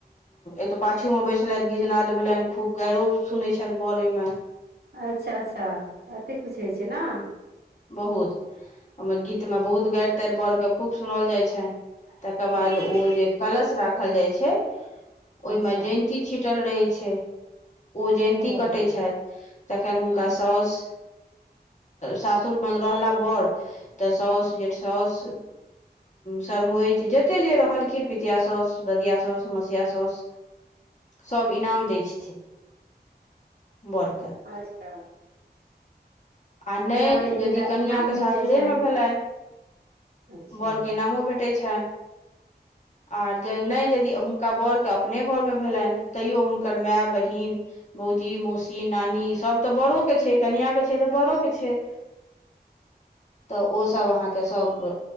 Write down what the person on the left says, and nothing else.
एतऽ पाछू में बैसलेथ गीतनाद भेलेन खूब गाइरो सुनैत छैथ बड़ ओयमे
बहुत ओयमे गीत मे बहुत गैर तैर बर के खूब सुनाइल जाइ छैन तकर
बाद ओ जे कलश राखल जाइ छै ओयमे
जयन्ती छिटल रहैत छै ओ जयन्ती
कटैत छैथ तखन हुनका साउस सास सुर बंग रहला बड़ तऽ साउस जेठ साउस सरहोइज जते जे रहलखिन पितिया साउस ददिया साउस मसिया साउस सभ इनाम दै छथिन बर कऽ
आ नय
यदि
कनिआँके
सासुरेमे
भेलेन
बोड़ के इनामो भेटैत छैन आर जे नय यदि हुनका बड़ के अपने घर मे भेलेन तैयो हुनकर माय बहिन भौजी मौसी नानी सब तऽ बड़ो के छैय छी कनिआँ के छैय तऽ बड़ोके छैय तऽ ओ सब अहाँके सब